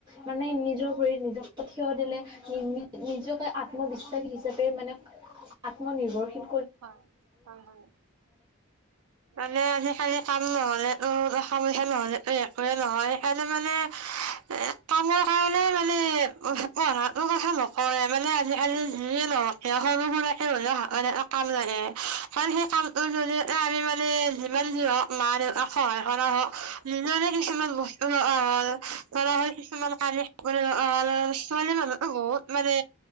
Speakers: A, on the right (about 20°); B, on the right (about 80°).
A: মানে নিজৰ। নিজৰ ভৰিত নিজে থিয় দিলে, নি-নিজকে আত্মবিশ্বাসী হিচাপে মানে আ-আত্মনিৰ্ভৰশীল।
B: হয়, হয়, হয়। মানে, আজি কালি কাম নহলেটো <unintelligible> নহলেটো একোৱে নহয় সেইকাৰণে মানে, এ কামৰ কাৰণে মানে। <unintelligible> পঢ়াতো কথা নকওঁৱে, মানে আজিকালি যিয়ে নহওক কিয় সৰো সুৰাকে হলেও হাতত এটা। কাম লাগে। কাৰণ, সেই কামটোৰ জৰিয়তে আমি মানে যিমান যি হওক মা দেউকাক সহায় কৰা হওঁক, নিজৰে কিছুমান বস্তু লগা হল, ধৰা হ'ল কিছুমান কানি কাপোৰে লগা হল। ছোৱালী মানুহোকটো বহুত মানে